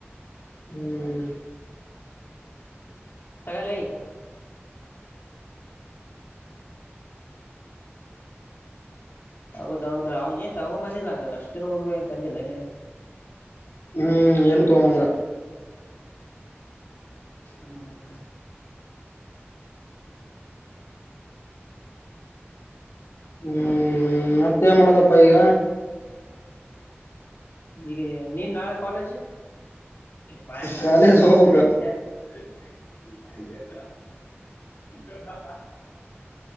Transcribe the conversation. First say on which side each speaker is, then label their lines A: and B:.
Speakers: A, on the left; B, on the left.
A: ಹ್ಮ್
B: ತಗಲಲ್ಲಿ ಹೌದೌದ ಅವ್ನ್ ಏನ್ ತಗೊಂಬಂದಿಲ್ಲಂಗ್ರ ಅಷ್ಟು ಊರ್ಗ ಏನು ತಂದಿಲ್ಲ ಇನೇನು
A: ಹ್ಮ್ ಏನು ತೋಂಬಂದರ
B: ಹ್ಮ ಹ
A: ಹ್ಮ್- ಮತ್ತೇ ಮಾಡದಪ್ಪ ಈಗ
B: ಈಗ ನೀನ್ ನಾಳೆ ಕಾಲೇಜ್ ಬಯ <unintelligible>
A: ಕಾಲೇಜ್ ಹೋಗ್ಬೇಕು
B: <inaudible> <inaudible>